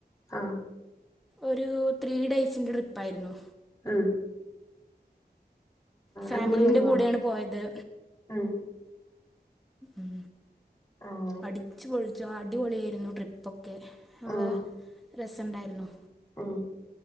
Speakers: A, on the left; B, in the centre.
A: ആഹ്
B: ഒരു ത്രീ ഡേയ്സിൻ്റെ ട്രിപ്പായിരുന്നു.
A: ആഹ്
B: ഫാമിലിന്റെ
A: അടിപൊളിയായിരുന്നോ
B: കൂടെയാണ് പോയത്.
A: ഉം
B: ഉം
A: ആഹ്
B: അടിച്ചു പൊളിച്ചു. അടിപൊളിയായിരുന്നു ട്രിപ്പൊക്കെ നല്ല
A: ഉം
B: രസണ്ടായിരുന്നു.
A: ഉം